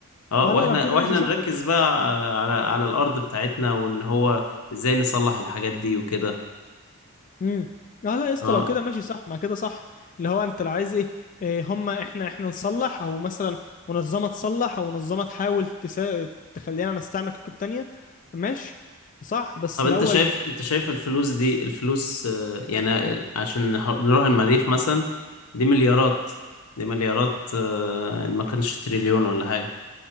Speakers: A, on the left; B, on the left.
A: اه
B: اه
A: واحنا
B: لا لو كده
A: واحنا
B: ماشي صح
A: نركز بقى على على الأرض بتاعتنا وإن هو ازاي نصلح الحاجات دي وكده
B: امم اه لا يا اسطى
A: اه
B: لو كده ماشي صح ما كده صح اللي هو انت لو عايز ايه, إيه هما احنا احنا نصلح او مثلا منظمه تصلح او منظمه تحاول تسا... تخلينا نستعمل كتب تانية ماشي صح بس
A: طب
B: الاول
A: انت شايف انت شايف الفلوس دي الفلوس آه، يعني عشان نح- نروح المريخ مثلا دي مليارات دي مليارات آه، ان ما كانش تريليون ولا حاجة